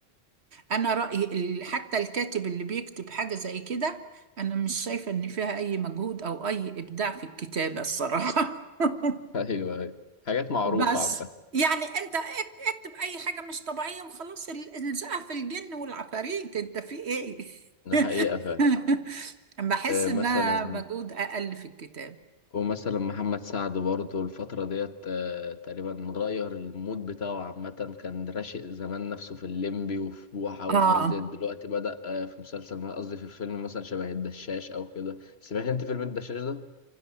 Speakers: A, on the right; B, on the left.
A: أنا رأيي ال- حتى الكاتب اللي بيكتب حاجة زي كده أنا مش شايفة إن فيها أي مجهود أو أي إبداع في الكتابة الصراحة <laughs>
B: أيوة أيوة حاجات معروفة
A: بس
B: عامة
A: يعني أنت اك- اكتب أي حاجة مش طبيعية وخلاص ال- الزقها في الجن والعفاريت أنت في إيه؟
B: ده
A: <laughs>
B: حقيقة فعلا
A: بحس إنها
B: مثلا
A: مجهود أقل في الكتاب
B: ومثلا محمد سعد برضه الفترة ديت آه، تقريبا غير المود بتاعه عامة كان راشق زمان نفسه في الليمبي وفي بوحة
A: اه
B: والناس ديت دلوقتي بدأ آه، في مسلسل قصدي في الفيلم مثلا شبه الدشاش أو كده سمعت أنت فيلم الدشاش ده؟